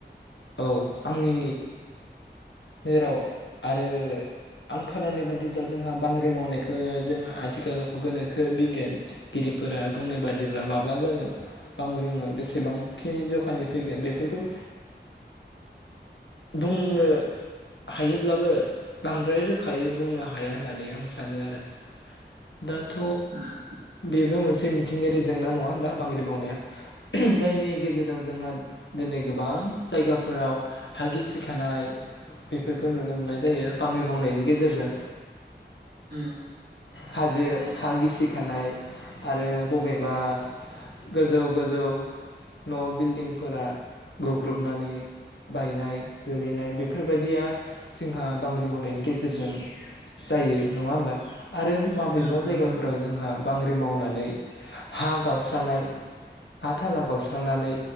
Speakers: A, on the left; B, on the right.
A: औ आंनि जेराव आरो आं खोनानाय बादिब्ला जोंहा बांग्रि मावनायखौ जोंहा आथिखालाव गोनोखो बिगियानगिरिफोरा बुंनाय बादिब्ला माब्ला जागोन बांग्रिआ बेसेबांखिनि जखानि फैगोन बेफोरखौ बुंनो हायोब्लाबो बांद्राय रोखायै बुंनो हाया होननानै आं सानो आरो दाथ'
B: उम
A: बेबो मोनसे मि थिंगायारि जेंना नङा होमबा बांग्रि मावनाया <unintelligible> जायनि गेजेरजों जोंहा दिनै गोबां जायगाफोराव हागिसिखानाय बेफोरखौ नुनो मोननाय जायो बांग्रि मावनायनि गेजेरजों
B: ओम
A: हाजो हा गिसिखानाय आरो बबेबा गोजौ गोजौ न' बिल्डिंफोरा गुग्रुबनानै बायनाय गोलैनाय बेफोर बेफोरबायादिया जोंहा बांग्रि मावनायनि गेजेरजों जायो नंङा होमबा आरो माबेबा
B: उम
A: जायगाफोराव
B: नंगौ नोंथां
A: जोंहा बांग्रि मावनानै हा गावस्रानाय हा थाला गावस्रानानै